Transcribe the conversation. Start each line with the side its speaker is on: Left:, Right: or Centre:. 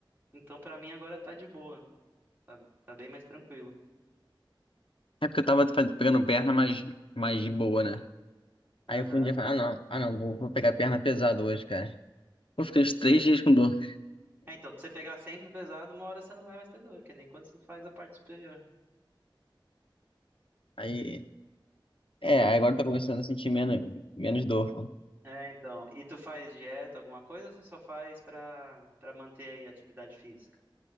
Right: Então pra mim agora tá de boa, tá, tá bem mais tranquilo.
Left: É porque eu tava faz- pegando perna mais, mais de boa, né?
Right: Aham.
Left: Aí eu fui um dia e falei, ah não, ah não, vou, vou pegar perna pesada hoje, cara. Eu fiquei uns três dias com dor.
Right: É, então, se você pegar sempre pesado, uma hora você não vai mais ter dor, que nem quando você faz a parte superior.
Left: Aí,
Right: E
Left: é,
Right: tu,
Left: aí agora eu tô começando a sentir menos, menos dor, pô.
Right: é, então, e tu faz dieta, alguma coisa, ou você só faz pra para manter aí a atividade física?